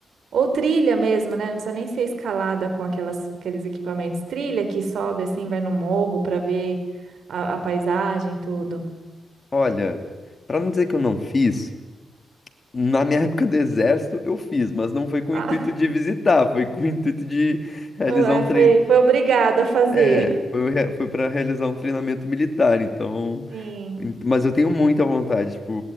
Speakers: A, on the right; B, on the left.
A: Ou trilha mesmo, né? Não precisa nem ser escalada com aquelas, aqueles equipamentos. Trilha que sobe assim, vai no morro para ver a, a paisagem, tudo.
B: Olha, pra não dizer que eu não fiz, na minha época do exército eu fiz, mas não foi com
A: Ah,
B: o intuito de visitar, foi com o intuito de
A: <laughs>
B: realizar
A: é,
B: um
A: foi,
B: treino.
A: foi obrigado a fazer.
B: É, foi, re- foi para realizar um treinamento militar, então.
A: Sim,
B: Ent- Mas eu tenho muita vontade, tipo,